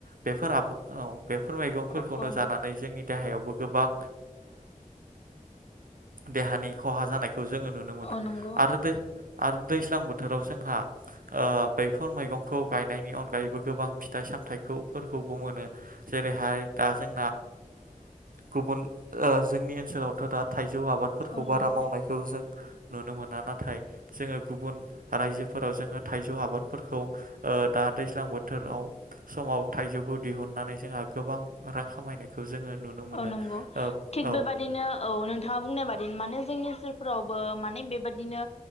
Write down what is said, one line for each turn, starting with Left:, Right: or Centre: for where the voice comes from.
Right: बेफोर बेफोर मैगंफोरखौनो
Left: औ नंगौ
Right: जानानै जोंनि देहायावबो। गोबां देहानि खहा जानायखौ जोङो नुनो मोनो
Left: औ नंगौ
Right: आरो दै आरो दैस्लां बो थोराव जोंहा बेफोर मैगंखौ गायनायनि अनगायैबो गोबां फिथाइ सामथाइखौफोरखौ मोनो जेरै हारि दाजों गुब जोंनि ओनसोलावथ' दा थाइ जौ आबादफोरखौ
Left: औ
Right: बारा
Left: नंगौ
Right: मावनायखौ जों नुनो मोना नाथाय जोङो गुबुन रायजोफोराव जोङो थाइजौ आबादफोरखौ दा दैज्लां बोथोराव समाव थाइजौखौ दिहुननानै जोंहा गोबां रां खामायनायखौ जोङो नुनो मोनो
Left: औ नंगौ
Right: औ
Left: थिग
Right: औ
Left: बेबादिनो औ नोंथाङा बुंनाय बादिनो माने जोंनि ओनोलफोरावबो माने बेबादिनो